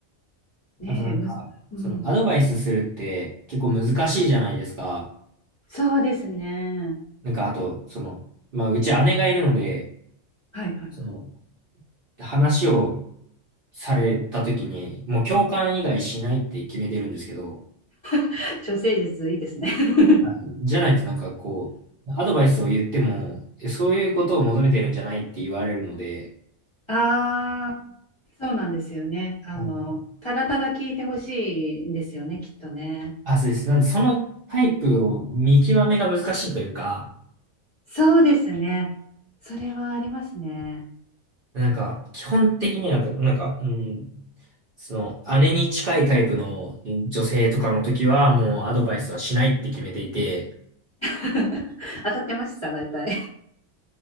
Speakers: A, on the left; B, on the right.
A: ねえ、
B: あとなんか、
A: むず、うん、
B: そのアドバイスするって結構難しいじゃないですか。
A: そうですね。
B: なんかあと、その、まあうち姉がいるので、
A: はいはい。
B: その話をされた時にもう共感以外しないって決めてるんですけど、
A: <laughs> 女性術いいですね。<laughs>
B: はいじゃないとなんかこう、アドバイスを言っても、えそういうことを求めてるんじゃないって言われるので、
A: ああ、そうなんですよね。あの、
B: はい
A: ただただ聞いてほしいんですよね、きっとね。
B: あ、そうです。なんでそのタイプを見極めが難しいというか、
A: そうですね。それはありますね。
B: なんか基本的には、なんか、うんその、姉に近いタイプの女性とかの時は、もうアドバイスはしないって決めていて、
A: <laughs> 当たってました、大体。